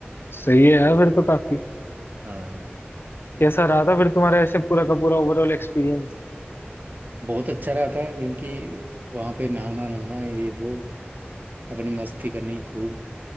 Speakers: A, on the left; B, on the right.
A: सही है यार
B: तो
A: फिर तो काफी
B: हाँ
A: कैसा रहा था फिर तुम्हारा ऐसे पूरा का पूरा ओवरऑल एक्सपीरियंस
B: बहुत अच्छा रहा था क्योंकि वहाँ पे नहाना नहाना ये वो अपनी मस्ती करनी खूब